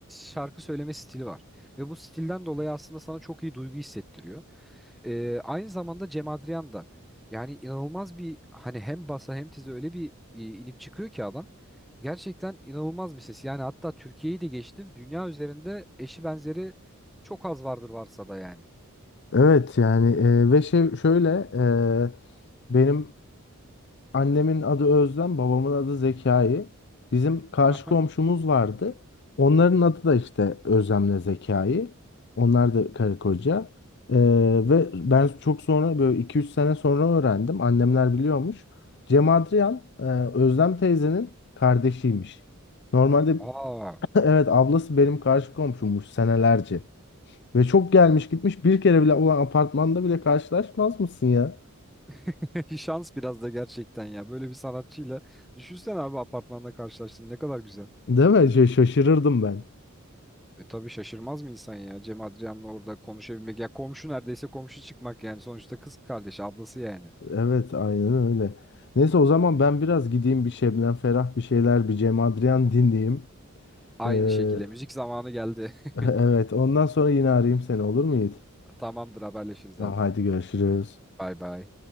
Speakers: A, in the centre; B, on the left.
A: şarkı söyleme stili var. Ve bu stilden dolayı aslında sana çok iyi duygu hissettiriyor. Ee, aynı zamanda Cem Adrian da yani inanılmaz bir hani hem basa hem tize öyle bir e, inip çıkıyor ki adam. Gerçekten inanılmaz bir ses. Yani hatta Türkiye'yi de geçtim. Dünya üzerinde eşi benzeri çok az vardır varsa da yani.
B: Evet yani e, ve şey şöyle e, benim Annemin adı Özlem, babamın adı Zekai. Bizim karşı
A: Aha.
B: komşumuz vardı. Onların adı da işte Özlem'le Zekai. Onlar da karı koca. Ee, ve ben çok sonra böyle iki üç sene sonra öğrendim. Annemler biliyormuş. Cem Adrian e, Özlem teyzenin kardeşiymiş. Normalde
A: Aa,
B: <laughs> evet ablası benim karşı komşummuş senelerce. Ve çok gelmiş gitmiş bir kere bile olan apartmanda bile karşılaşmaz mısın ya?
A: <laughs> şans biraz da gerçekten ya. Böyle bir sanatçıyla düşünsene abi apartmanda karşılaştın ne kadar güzel.
B: Değil mi? Şey, şaşırırdım ben.
A: E tabii şaşırmaz mı insan ya Cem Adrian'la orada konuşabilmek ya komşu neredeyse komşu çıkmak yani sonuçta kız kardeşi ablası yani.
B: Evet aynen öyle. Neyse o zaman ben biraz gideyim bir Şebnem Ferah bir şeyler bir Cem Adrian dinleyeyim.
A: Aynı
B: Ee,
A: şekilde müzik zamanı geldi.
B: <laughs> evet
A: <laughs>
B: ondan sonra yine arayayım seni olur mu Yiğit?
A: Tamamdır haberleşiriz
B: Tamam,
A: abi.
B: hadi görüşürüz.
A: Bay bay.